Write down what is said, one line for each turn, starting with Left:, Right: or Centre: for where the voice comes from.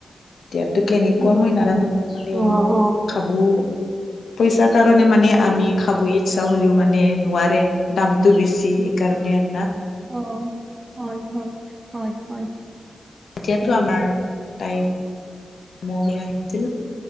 Left: এতিয়া টো কেনেকুৱা
Right: অ
Left: মই নাজানো মানে
Right: অ অ
Left: খাবো পইচাৰ কাৰণে মানে আমি খাবয় ইচ্ছা হ'লেও মানে নোৱাৰে দামটো বেছি এইকাৰণে আন না
Right: অ হয় হয় হয় হয়
Left: এতিয়াতো
Right: অ
Left: আমাৰ তাই <unintelligible> হৈ আহিছিল